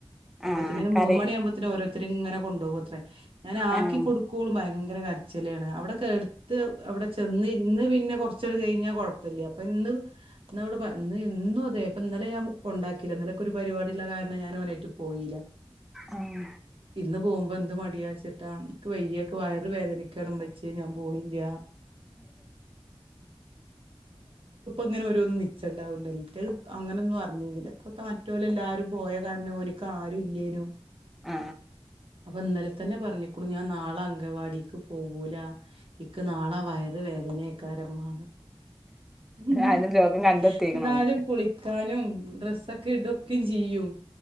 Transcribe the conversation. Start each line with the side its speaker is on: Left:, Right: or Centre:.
Right: അപ്പൊതിന്
Centre: ആഹ് കറി
Right: മൂന്നു മണിആകുമ്പോത്തിന് ഓർ തൃങ്ങനെ കൊണ്ടോവത്രെ ഞാൻ ആക്കി
Centre: ആഹ്
Right: കൊടുക്കോള് ഓൾ ഭയങ്കര ങ്കര കരച്ചിൽ ചിലണ് അവിടെക്കടുത് അവിടെ ചെന്ന് ഇരുന്നു പിന്നെ കൊറച്ചുആണ്ട് കഴിഞ്ഞ കൊയപ്പല്യ ഇന്ന് അവിടെ ഇന്ന് എന്നും ത്തെ ഇന്നലെ ഞാൻ കൊണ്ടകീല ഇന്നലെ ഇന്ക് ഒരു പരിപാടി ഉള്ള കാരണം ഞാൻ ഓനയ്ട്ട് പോയീല
Centre: ആഹ്
Right: ഇന്ന് പോകും ഇപ്പൊ എന്ത് മടിയാചിട്ട ക്ക് വയ്യ ഇന്ക് വയർ വേദനിക്ക ക്കാണ് ഇമ്മച്ചേ ഞാൻ പോണില്ല ങ്ങനെ ഓരോന്ന് നിച്ചണ്ടാവുണ്ടല്ലോ മറ്റേത് അങ്ങനെ ഒന്നും അറിഞ്ഞീനില്ല ഇപ്പൊ മറ്റൊൽ എല്ലാരും പോയ കാരണം ഓന്ക് ക്കാരുല്യയ്നും
Centre: ആ
Right: ഓൻ ഇന്നലെതന്നെ പറഞ്ഞക്ക്ണ് ഞാൻ നാളെ അംഗൻവാടിക്ക് പോ വൂല ഇനിക് നാളെ വയറു യറ് വേദന അയ്ക്കാരം ഇമ്മ <unintelligible>
Centre: അതിന് രോഗം കണ്ടെത്തിക്കണു
Right: ഇന്നാലും
Centre: ഓന്
Right: കുളിക്കാനും ഡ്രസ്സ്‌ ദിക്കിൽ ദിക്കും ചെയ്യും